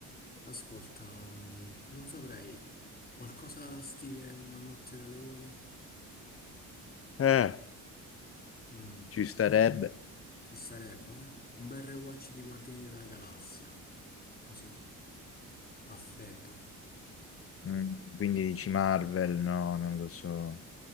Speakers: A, on the left; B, on the left.
A: Ascolta, mm, non saprei, qualcosa stile Una notte da leoni?
B: Eh,
A: Mm,
B: Ci starebbe.
A: ci sarebbe, eh? Un bel rewatch di Guardiani della Galassia, così, a freddo.
B: Mm, quindi dici Marvel? No, non lo so.